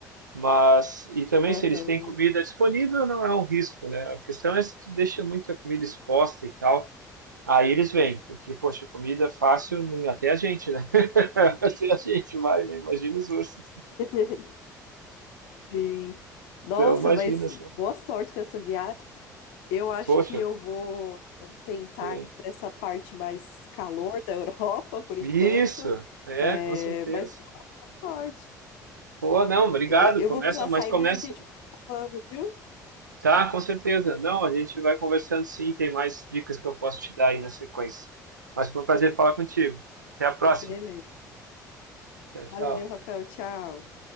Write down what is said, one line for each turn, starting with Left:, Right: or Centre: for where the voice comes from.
Right: Mas, e também
Left: Aham.
Right: se eles têm comida disponível, não é um risco, né? A questão é se tu deixa muita comida exposta e tal, aí eles vêm, porque, poxa, comida fácil, nem- até a gente, né? <laughs> Até a gente vai, né? Imagina os ursos.
Left: <laughs> Sim. Nossa,
Right: Então, imagina
Left: mas
Right: só.
Left: boa sorte nessa viagem. Eu acho
Right: Poxa,
Left: que eu vou tentar
Right: é.
Left: ir para essa parte mais calor da <laughs> Europa por enquanto.
Right: isso, é,
Left: É,
Right: com certeza.
Left: mas boa sorte.
Right: Pô, não, obrigado.
Left: É,
Right: Começa,
Left: Eu vou precisar
Right: mas
Left: sair,
Right: começa.
Left: mas a gente vai falando, viu?
Right: Tá, com certeza. Não, a gente vai conversando sim, tem mais dicas que eu posso te dar aí na sequência. Mas foi um prazer falar contigo. Até a próxima.
Left: Beleza.
Right: Tchau, tchau.
Left: Valeu, Rafael. Tchau.